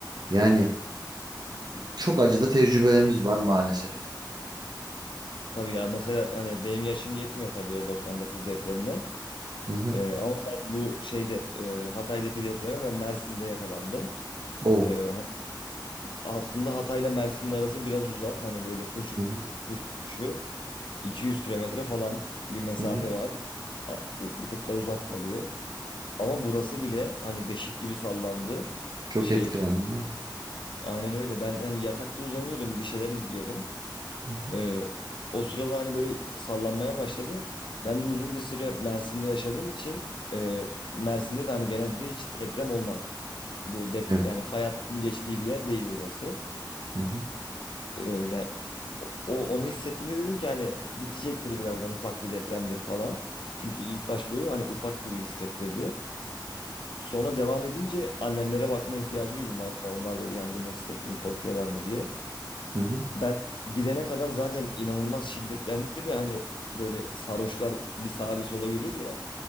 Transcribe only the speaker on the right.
Yani çok acı da tecrübelerimiz var maalesef.
Hı hı.
Oo.
Hı hı.
Hı hı.
Çok
etkilendin değil mi?
Hı hı.
Evet.
Hı hı.
Hı hı.